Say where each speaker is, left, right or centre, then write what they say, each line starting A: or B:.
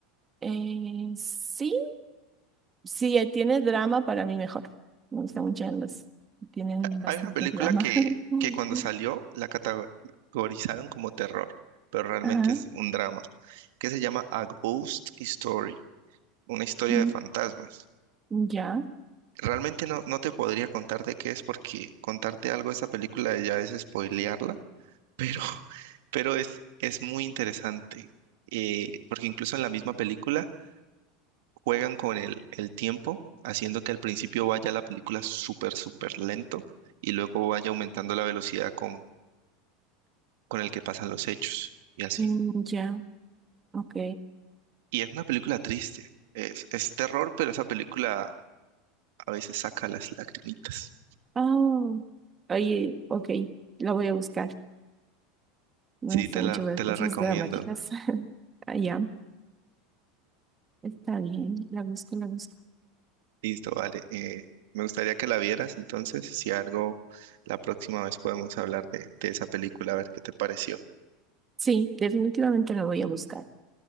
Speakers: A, on the right; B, on the right.
A: Eh, sí. Sí, eh, tiene drama para mí mejor. Me gustan mucho las que tienen bastante
B: Hay una película
A: drama.
B: que, que
A: <laughs>
B: cuando salió la categorizaron como terror, pero realmente
A: Ajá.
B: es un drama, que se llama A Ghost Story, una historia
A: mm,
B: de fantasmas.
A: Ya.
B: Realmente no, no te podría contar de qué es porque contarte algo de esa película ya es spoilearla, pero, <laughs> pero es, es muy interesante, eh, porque incluso en la misma película juegan con el, el tiempo, haciendo que al principio vaya la película súper, súper lento y luego vaya aumentando la velocidad con con el que pasan los hechos y así.
A: ujú, mm, Ya. Ok.
B: Y es una película triste. Es, es terror, pero esa película a veces saca las lagrimitas.
A: Oh. Oye, ok. La voy a buscar. Me
B: Sí,
A: gusta
B: te
A: mucho
B: la,
A: ver
B: te
A: cosas
B: la recomiendo.
A: dramáticas. <laughs> Ah, ya. Está bien. La busco, la busco.
B: Listo, vale. Eh, me gustaría que la vieras, entonces, si algo, la próxima vez podemos hablar de, de esa película, a ver qué te pareció.
A: Sí, definitivamente la voy a buscar.